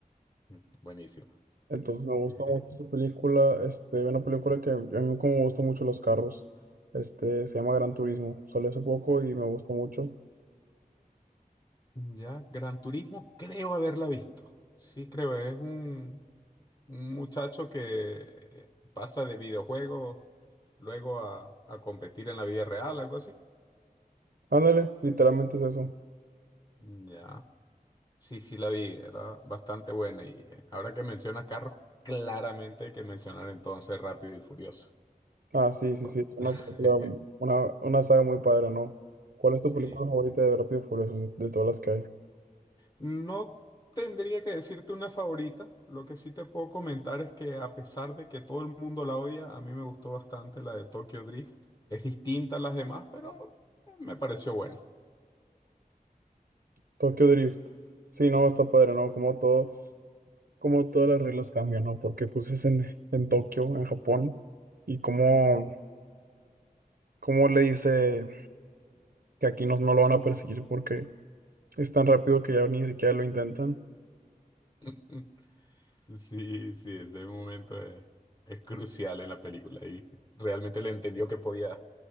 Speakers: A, on the left; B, on the right.
A: Mm, Buenísimo.
B: Entonces me gusta
A: <laughs>
B: mucho esa película. Este, una película que a mí como me gustan mucho los carros. Este, se llama Gran Turismo. Salió hace poco y me gustó mucho.
A: Ya, Gran Turismo creo haberla visto. Sí, creo, es un... Un muchacho que eh, pasa de videojuego luego a, a competir en la vida real, algo así.
B: Ándale, literalmente es eso.
A: Mm, Ya. Sí, sí la vi, era bastante buena. Y eh, ahora que mencionas carros, claramente hay que mencionar entonces Rápido y Furioso.
B: Ah, sí, sí,
A: Con-
B: sí. Es una
A: <laughs>
B: película, una, una saga muy padre, ¿no? ¿Cuál es
A: Sí.
B: tu película favorita de Rápido y Furioso de todas las que hay?
A: No tendría que decirte una favorita. Lo que sí te puedo comentar es que a pesar de que todo el mundo la odia, a mí me gustó bastante la de Tokyo Drift. Es distinta a las demás, pero eh, me pareció buena.
B: Tokyo Drift. Sí, no, está padre, ¿no? Como todo. cómo todas las reglas cambian, ¿no? Porque pues es en, en Tokio, en Japón, y cómo, cómo le dice que aquí no, no lo van a perseguir porque es tan rápido que ya ni siquiera lo intentan.
A: <laughs> Sí, sí, ese momento es, es crucial en la película y realmente le entendió que podía